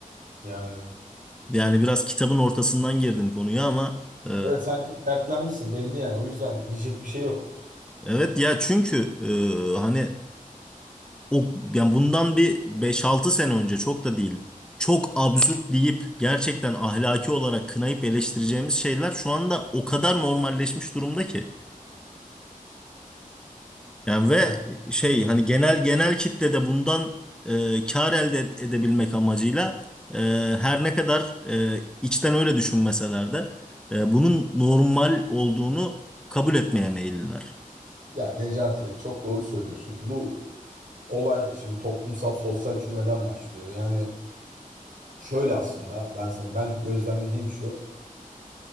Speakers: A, on the right; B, in the centre.
A: Yani.
B: Yani biraz kitabın ortasından girdim konuya ama e,
A: Evet sen çok dertlenmişsin belli yani. O yüzden diyecek bir şey yok.
B: evet ya çünkü e, hani O yani bundan bir beş altı sene önce çok da değil. Çok absürt deyip gerçekten ahlaki olarak kınayıp eleştireceğimiz şeyler şu anda o kadar normalleşmiş durumda ki. Yani ve
A: Evet.
B: şey
A: Hı hı.
B: hani genel genel kitlede bundan e, kar elde ed- edebilmek amacıyla e, her ne kadar e, içten öyle düşünmeseler de e, bunun normal olduğunu kabul etmeye meyilliler.
A: Ya Necati çok doğru söylüyorsun. Bu olay şimdi toplumsal sosyal çürümeden başlıyor. Yani şöyle aslında ben sana ben gözlemlediğim şu.